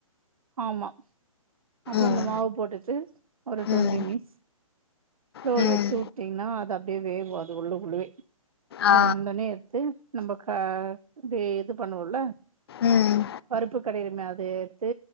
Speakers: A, on the right (about 75°); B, on the left (about 45°).
A: ஆமா அப்புறம்
B: ம்
A: இந்த மாவு போட்டுட்டு ஒரு டுவெண்ட்டி
B: ம்
A: மினிட்ஸ் டோல்
B: ம்
A: வச்சு வுட்டீங்ன்னா அத அப் அ வே அது உள்ள உள்ளுவே அது
B: ஆ
A: வந்தோனே எடுத்து நம்ம கா தே இது பண்ணுவம்ல
B: ம்
A: பருப்பு கடையிர அது எடுத்து